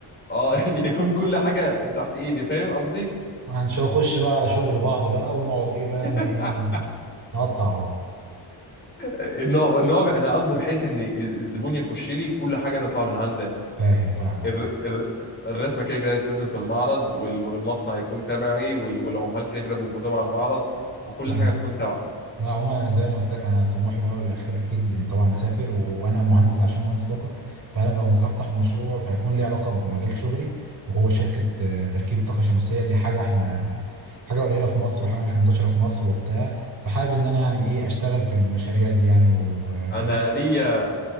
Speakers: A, on the left; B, on the right.
A: اه <laughs> يكون كل حاجه تحت ايدي فاهم قصدي
B: هنخش بقى على شغل بعض بقى ونقعد ايه بقى ن-
A: <laughs>
B: نقطع على بعض
A: ان هو ان هو انا قصدي بحيث ان الزبون يخش لي كل حاجه تطلع من عندي
B: فاهم فاهمك
A: الر-
B: اه
A: الر- الرسمه كده كده هتترسم في المعرض وال- والمصنع يكون تبعي وال- والعمال كده كده بيبقوا تبع المعرض فكل
B: أمم.
A: حاجه تكون تبع
B: لا عموما انا زي ما قلت لك انا طموحي الاول والاخير اكيد إن طبعا اسافر وانا مهندس عشان مهندس طاقه فانا لو هفتح مشروع فهيكون ليه علاقه بمجال شغلي وهو شركه آه، تركيب طاقه شمسيه دي حاجه احنا حاجه قليله في مصر وحاجه مش منتشره في مصر وبتاع فحابب ان انا يعني ايه اشتغل في المشاريع دي يعني وكده
A: انا ليا